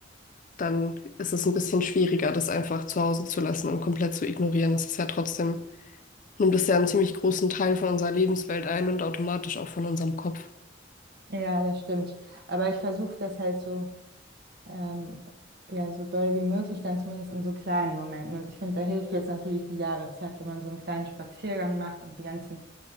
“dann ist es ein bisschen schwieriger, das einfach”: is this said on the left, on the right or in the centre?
Left